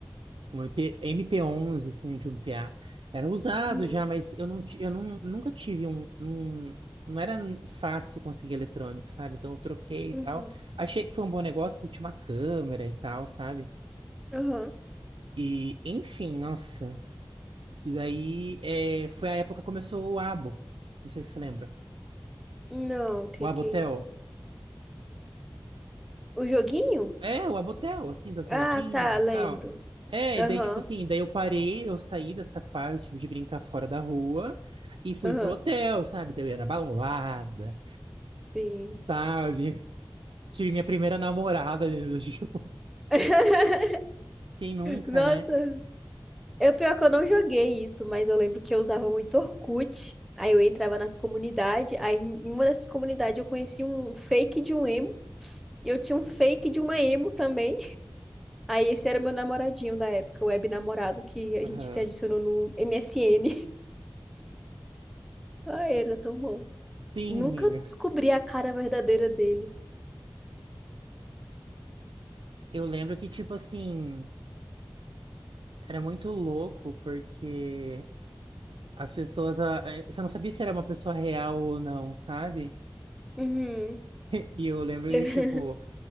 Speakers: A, on the right (about 75°); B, in the centre.
A: Um MP, MP11, assim, de um p a Era usado
B: uhum,
A: já, mas eu, não, ti- eu não, nunca tive um, um- Não era fácil conseguir eletrônico, sabe? Então eu troquei
B: uhum,
A: e tal. Achei que foi um bom negócio porque tinha uma câmera e tal, sabe?
B: aham.
A: E, enfim, nossa. E daí é, foi a época que começou o Abo. Não sei se você lembra.
B: Não, o que
A: O Abotel.
B: que é isso? O joguinho?
A: É, o Abotel, assim, das
B: Ah,
A: moedinhas
B: tá, lembro.
A: e tal. É,
B: Aham,
A: e daí, tipo assim, daí eu parei, eu saí dessa fase, tipo, de brincar fora da rua e fui
B: aham,
A: pro hotel, sabe? Daí eu ia na balada,
B: sim.
A: sabe? <laughs> Tive minha primeira namorada dentro do <laughs> jogo.
B: <laughs>
A: Quem nunca,
B: Nossa,
A: né?
B: eu pior que eu não joguei isso, mas eu lembro que eu usava muito Orkut. Aí eu entrava nas comunidades, aí em uma dessas comunidades eu conheci um fake de um emo, e eu tinha um fake de uma emo também. Aí esse era meu namoradinho da época, o web namorado que a
A: Aham.
B: gente se adicionou no MSN. <laughs> Ai, era tão bom.
A: Sim,
B: Nunca
A: amiga.
B: descobri a cara verdadeira dele.
A: Eu lembro que, tipo assim, era muito louco, porque as pessoas. ah, eh, Você não sabia se era uma pessoa real ou não, sabe?
B: Uhum,
A: E eu lembro que,
B: <laughs>
A: tipo.